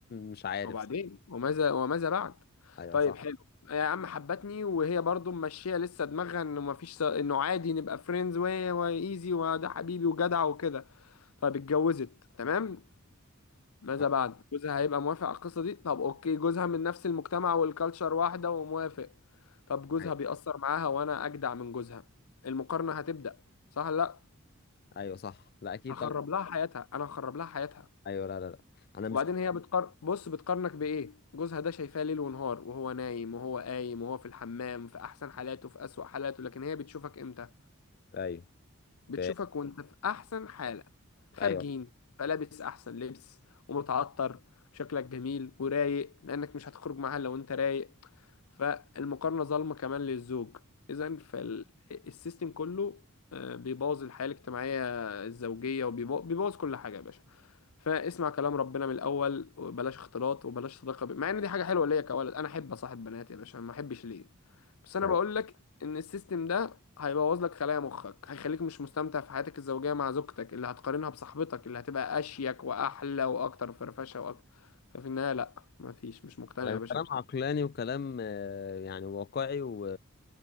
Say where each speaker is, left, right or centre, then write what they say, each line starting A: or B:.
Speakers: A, on the left; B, on the left.
A: مش عارف
B: وبعدين وماذا وماذا بعد
A: أيوة
B: طيب
A: صح
B: حلو يا عم حبتني وهي برضو ماشيه لسه دماغها انه ما فيش انه عادي نبقى فريندز وايزي وده حبيبي وجدع وكده طيب اتجوزت تمام ماذا
A: آه،
B: بعد جوزها هيبقى موافق على القصه دي طب اوكي جوزها من نفس المجتمع والكالتشر واحده وموافق طب جوزها
A: أيوة
B: بيأثر معاها وانا اجدع من جوزها المقارنه هتبدأ صح لا
A: أيوة صح لا أكيد
B: هخرب
A: طبعا
B: لها حياتها انا هخرب لها حياتها
A: أيوة لا لا لا أنا مش
B: وبعدين هي بتقار بص بتقارنك بإيه جوزها ده شايفاه ليل ونهار وهو نايم وهو قايم وهو في الحمام في أحسن حالاته في أسوأ حالاته لكن هي بتشوفك إمتى
A: أيوة
B: بتشوفك
A: ف-
B: وانت في احسن حالة خارجين
A: أيوة
B: فلابس احسن لبس ومتعطر وشكلك جميل ورايق لانك مش هتخرج معاها لو انت رايق فالمقارنة ظالمة كمان للزوج اذا فالسيستم كله آه، بيبوظ الحياة الاجتماعية الزوجية وبيبوظ كل حاجة يا باشا فاسمع كلام ربنا من الاول وبلاش اختلاط وبلاش صداقه ب... مع ان دي حاجه حلوه ليا كولد انا احب اصاحب بنات يا باشا ما احبش ليه بس انا
A: أيوة
B: بقول لك ان السيستم ده هيبوظ لك خلايا مخك هيخليك مش مستمتع في حياتك الزوجية مع زوجتك اللي هتقارنها بصاحبتك اللي هتبقى أشيك وأحلى وأكتر فرفشة وأكتر ففي النهاية لأ مفيش مش مقتنع
A: كلام
B: يا باشا
A: كلام عقلاني وكلام آه، يعني واقعي و...